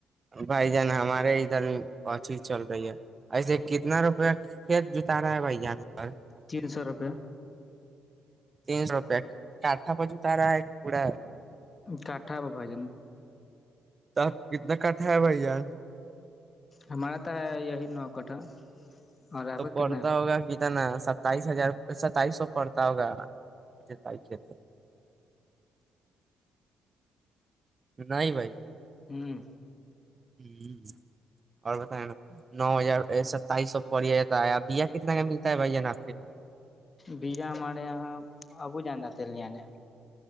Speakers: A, on the right (about 30°); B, on the left (about 30°).
A: بھائی جان ہمارے ادھر ب چیز چل رہی ہے ایسے کتنا روپیہ کھیت جتا رہا ہے بھیاان پر
B: تین سو روپے
A: تین سو روپیہ کاٹا بازو تارا ہے کہ پورا
B: کاٹا ب بھ جان
A: تو آپ کتنا کھا ہے بھائی ار
B: ہمارا تو ہے یہی نو کٹھا اور آپ
A: تو
B: کا
A: پڑھتا
B: کتنا ہے
A: ہوگا کت ن سب ستائیس ہزار ستائیس سو پڑتا ہوگا کہتے نہیں بھائی
B: ہوں
A: ہ اور بتائ نا نو ہزار ستائیس سو پڑیا جاتا ہے بیا کتنا کا ملتا ہے بھائی ج نا
B: بیجا ہمارے یہاں آبو جاندا تھ ل نے